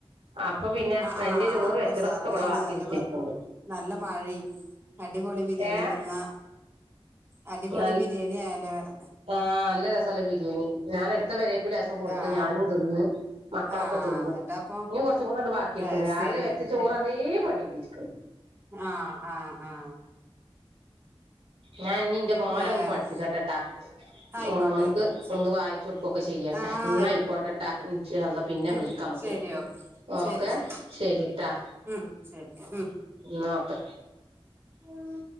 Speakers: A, on the right; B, on the right.
A: അപ്പൊ പിന്നെ
B: ആഹ്
A: എന്റെ
B: ആഹ്
A: ചോറ്
B: അപ്പൊ
A: വെച്ചതൊക്കെ
B: ഉസാറെന്നണ്
A: ഇവിടെ ബാക്കി
B: നല്ല
A: കുത്തിരിക്ക്ണ്ട്
B: - നല്ല മഴയും അടിപൊളി ബിരിയാണിം
A: ഏഹ്
B: തിന്നാ- അടിപൊളി
A: നൽ
B: ബിരിയാണി ആയാലോ പറ
A: ആഹ് നല്ല രസല്ല ബിരിയാണി ഞാനടു ത്തെ പെരീക്കു ലേസം കൊടുത്ത്
B: ആഹ്
A: ഞാനും തിന്ന് മക്കളൊക്കെ
B: ആഹ്
A: തിന്ന്-
B: എന്നിട്ടപ്പൊ
A: ഇഞ്ഞും കൊറച്ചും കൂടണ്ട് ബാക്കിരിക്ക്ണ്
B: അത്
A: രാവിലെ
B: ശരി
A: വെച്ച ചോറ് അതേ പാടിരിക്കണ്-
B: ആഹ് ആഹ് ആഹ്-
A: ഞാൻ ഇഞ്ഞിന്റെ മോനെ
B: വേറെ
A: ഒന്ന് പഠിപ്പിക്കട്ടെട്ടാ-
B: ആയിക്കോട്ടെ
A: ഓൻക്ക്
B: ആയിക്കോട്ടെ ശരി
A: ഒന്ന് വായിച്ചു കൊടുക്കൊക്കെ ചെയ്യട്ടെ
B: ആഹ്
A: ന്നയിക്കോട്ടെട്ടാ
B: ആയിക്കോട്ടെ
A: ൻഷാള്ള പിന്നെ
B: ഉം
A: വിളിക്കാ- ഓക്കെ
B: ശരി ശരി
A: ഓക്കേ
B: ശരി
A: ശരിട്ടാ-
B: ഉം ശരി
A: ന്നാ ഓക്കെ-
B: ഉം